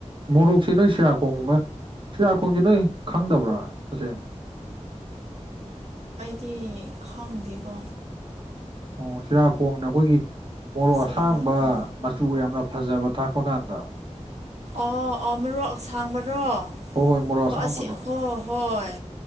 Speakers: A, on the right; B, on the right.
A: ꯃꯔꯨ ꯁꯤ ꯅꯣꯏ ꯁꯤꯔꯥꯈꯣꯡꯒꯨꯝꯕ ꯁꯤꯔꯥꯈꯣꯡꯁ ꯅꯣꯏ ꯈꯪꯗꯕ꯭ꯔꯥ ꯇꯁꯦꯡꯅ <inaudible>
B: ꯇꯤ ꯈꯪꯗꯦꯕꯣ
A: ꯑꯣ ꯁꯤꯔ ꯀꯣꯡꯅ ꯑꯈꯣꯏꯒꯤ ꯃꯣꯔꯣꯛ
B: ꯁꯤꯔꯀꯣ
A: ꯑꯁꯥꯡꯕ ꯃꯆꯨ ꯌꯥꯝꯅ ꯐꯖꯕ ꯊꯥꯛꯄ ꯀꯥꯟꯗ
B: ꯑ-ꯑ- ꯃꯔꯣꯛ ꯑꯁꯥꯡꯕꯔꯣ
A: ꯍꯣꯏ ꯍꯣꯏ ꯃꯣꯔꯣꯛ
B: ꯍ-ꯑꯁꯤ
A: ꯑꯁꯥꯡꯕꯗꯣ
B: ꯍꯣ-ꯍꯣꯏ